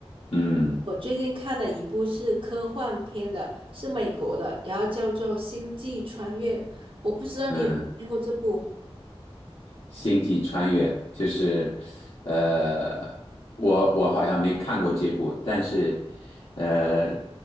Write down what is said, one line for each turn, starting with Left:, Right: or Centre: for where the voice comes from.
Left: 嗯
Right: 我最近看的一部是科幻片的，是美国的，然后叫做《星际穿越》，我不知道你有没有看过这部。
Left: 嗯星际穿越，就是，呃，我我好像没看过这部，但是，呃，